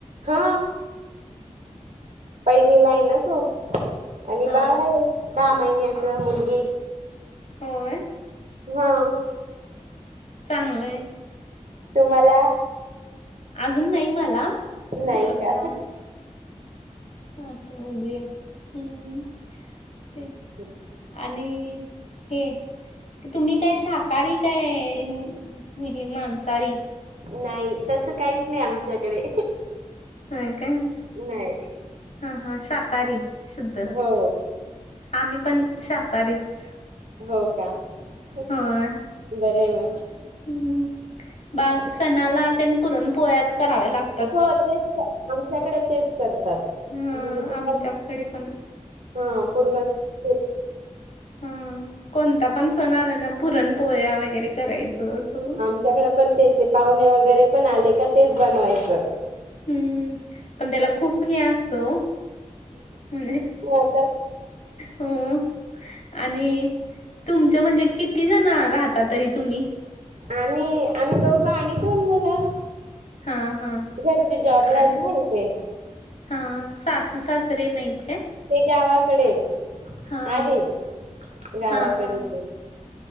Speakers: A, on the right; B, on the left.
A: हा पहिलीला आहे ना तू. आणि
B: हां
A: बाळ आहे. दहा महिन्याच मुलगी.
B: होय.
A: हा.
B: चांगलंय.
A: तुम्हाला?
B: अजून नाही मला
A: नाही
B: आता.
A: का
B: आता होऊदे एक. हम्म ठीक.
A: हम्म.
B: आणि हे. तुम्ही काय शाकाहारी काय हे मासाहारी?
A: नाही. तसं काहीच नाही आमच्याकडे.
B: होय काय
A: नाही
B: हा हा शाकाहारी शुद्ध.
A: हो
B: आम्ही पण शाकाहारीच.
A: हो का. बर
B: होय
A: आहे मग.
B: हम्म बा सणाला तेन पुरण पोळ्याच करायला लागत.
A: हो तेच आमच्याकडे तेच करतात.
B: ह
A: म्हणजे तेव्हा
B: आमच्याकडे पण
A: हा पूरनाची
B: हा कोणता पण सण आला ना. पुरण पोळ्या वगैरे करायचं असं.
A: त्याच्याकड पण त्या पाहुणे वगैरे पण आले का तेच बनवायचं.
B: हम्म पण त्याला खूप हे असतं ओ.
A: आता
B: हो. आणि तुमच म्हणजे किती जण राहता तरी तुम्ही?
A: आम्ही आम्ही दोघं आणि दोन मुलं.
B: हां हां
A: घरचे जॉबला
B: आणि
A: आहेत होय इथे?
B: हां सासू सासरे नाहीत काय?
A: ते गावाकडे आहेत.
B: हां
A: आहेत गावाकडेच
B: हां हां
A: आहेत.